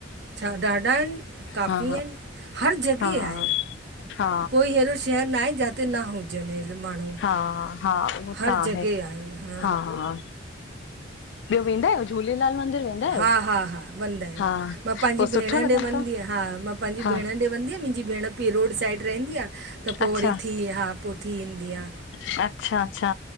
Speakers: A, on the right; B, on the left.
A: छा? ॾाढा आहिनि। काफ़ी
B: हा
A: आहिनि। खरच बि
B: हा
A: आहिन।
B: हा
A: कोई अहिड़ो शहर न आहे। जिते न हुजनि माण्हू।
B: हा, हा, उहो
A: हर
B: त आहे।
A: जॻह आहिनि
B: हा, हा, ॿियो वेंदा आहियो? झूलेलाल मंदिर वेंदा? आहियो
A: हा हा हा हा, वंदा इन,
B: हा
A: मां पांजी
B: पोइ
A: भेण
B: सुठो लॻंदो
A: ॾे वदीयां, हा, मां पंहिंजी
B: हा
A: भेण ॾे वंदी आं। मुंहिंजी भेण बि रोड साइड रहंदी आ, त पोइ
B: अच्छा
A: वरी थी, हा पोइ थी ईंदी आ।
B: अच्छा अच्छा,